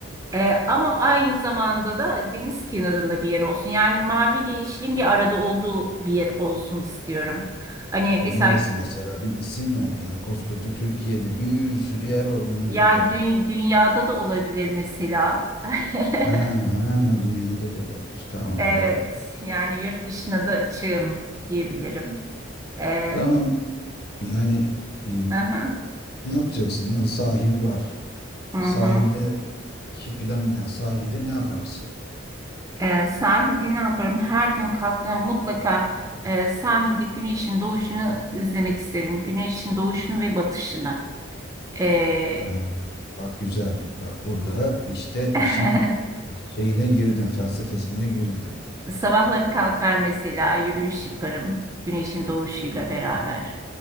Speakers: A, on the right; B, on the left.
A: E, ama aynı zamanda da deniz kenarında bir yer olsun. Yani maviyle yeşilin bir arada olduğu bir yer olsun istiyorum. Hani mesela
B: neresi mesela bir isim ver yani koskoca Türkiye'de bir sürü yer var onun
A: yani
B: gibi.
A: dü- dünyada da olabilir mesela. <laughs>
B: Ha, ha, dünyada da olabilir. Tamam
A: Evet,
B: doğru.
A: yani yurt dışına da açığım diyebilirim. E,
B: Tamam Yani e,
A: hı hı,
B: ne yapacaksın? Ha, sahil var.
A: hı
B: Sahildeki
A: hı.
B: plan ne? yani sahilde ne yaparsın?
A: E, sahilde ne yaparım? Her gün kalktığımda mutlaka e, sahilde güneşin doğuşunu izlemek isterim. Güneşin doğuşunu ve batışını. E,
B: Ha, bak güzel. Bak burada işte
A: <laughs>
B: işin şeyine girdin, felsefesine girdin.
A: Sabahları kalkar mesela yürüyüş yaparım güneşin doğuşuyla beraber.